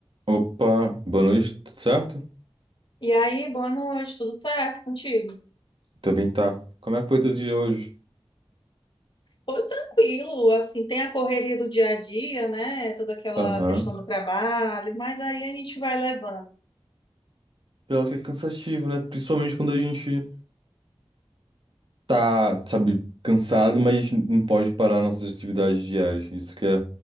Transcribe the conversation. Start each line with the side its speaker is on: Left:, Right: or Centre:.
Right: Opa, boa noite, tudo certo?
Left: E aí, boa noite, tudo certo contigo?
Right: Também tá. Como é que foi teu dia hoje?
Left: Foi tranquilo, assim, tem a correria do dia a dia, né? Toda aquela
Right: Aham.
Left: questão do trabalho, mas aí a gente vai levando.
Right: Pior que é cansativo, né? Principalmente quando a gente. Tá, sabe, cansado, mas não pode parar nossas atividades diárias. Isso que é,